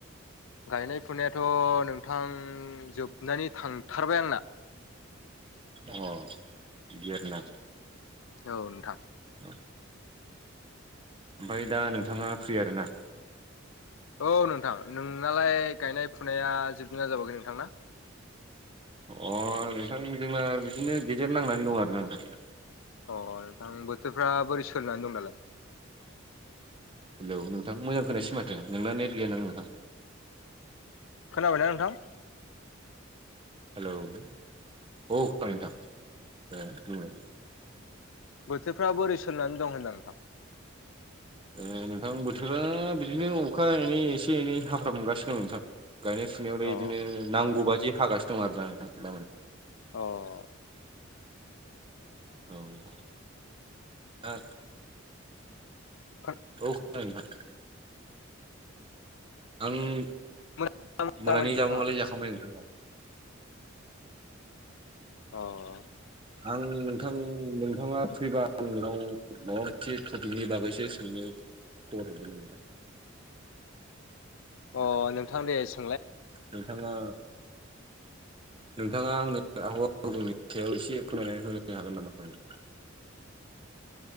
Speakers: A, on the left; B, on the right.
A: गायनाय फुनायाथ' नोंथां जोबनानै थांथारबाय आंना।
B: अह बेदि आरोना
A: औ नोंथां
B: औ ओमफ्राय दा नोंथाङा फ्रि आरोना
A: औ नोंथां नोंनालाय गायनाय फुनाया जोबदोंना जोबाखै नोंथांना
B: अह नोंथां जोंना बिदिनो गेजेर नांनानै दं आरोना नोंथां
A: अह नोंथां बोथोरफ्रा बोरै सोलिनानै दं दालाय
B: हेलौ नोंथां मोजां खोनायासै माथो नोंना नेट गैया नामा नोंथां?
A: खोनाबायना नोंथां?
B: हेलौ औ खोनादों नोंथां दे बुंलाय
A: बोथोरफ्रा बोरै सोलिनानै दं होनदों नोंथां?
B: एह नोंथां बोथोरा बिदिनो अखा एनै एसे एनै हाफ्राम गासिनो दं नोंथां। गायनाय फुनायावलाय
A: अ
B: बिदिनो नांगौ बादि हागासिनो दं आरो दा नोंथां दामानि
A: अह
B: औ नोंथां ओ
A: खोन
B: औ खोनादों नोंथां। आं
A: मोजां
B: मोनानि
A: जाबाय नोंथाङा
B: जामुं आलाय जाखांबाय नोंथां औ।
A: अह
B: आं नोंथां नों नोंथाङा फ्रिबा आं नोंनाव माबा मोनसे टपिकनि बागैसो सोंनो खबर हरदोंमोन नोंथां।
A: अह नोंथां दे सो
B: नोंथाङा नोंथाङा आंनो आबहावा गुबुंलेनि सायाव एसे फोरमायनानै होनो हागोन नामा नोंथां?